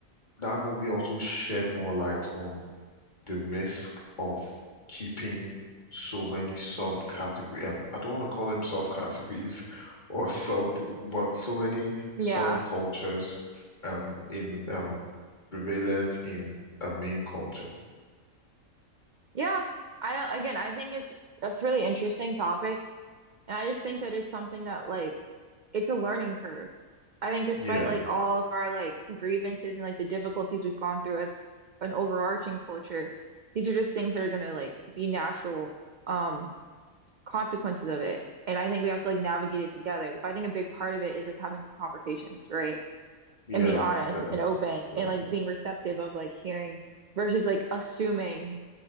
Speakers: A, on the left; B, on the right.
A: that movie also shed more light on the risk of keeping so many subcategory um, I don't want to call them subcategories <laughs> or sub but so many
B: Yeah.
A: subcultures um in um prevalent in a main culture.
B: Yeah. I don't, again, I think it's that's a really interesting topic. And I just think that it's something that like it's a learning curve. I think despite
A: Yeah,
B: like all of our like grievances and like the difficulties we've gone through as an overarching culture, these are just things that are gonna like be natural um consequences of it. And I think we have to like navigate it together. But I think a big part of it is like having these conversations, right?
A: yeah,
B: and being honest
A: fair.
B: and open
A: fair.
B: and like being receptive of like hearing versus like assuming